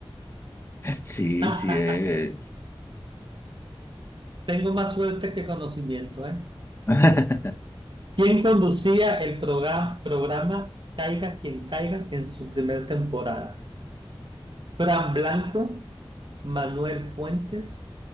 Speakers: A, on the left; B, on the right.
A: Sí,
B: <laughs>
A: sí es.
B: Tengo más suerte que conocimiento, ¿eh?
A: <laughs>
B: ¿Quién conducía el proga- programa Caiga quien caiga en su primera temporada? Fran Blanco, Manuel Fuentes,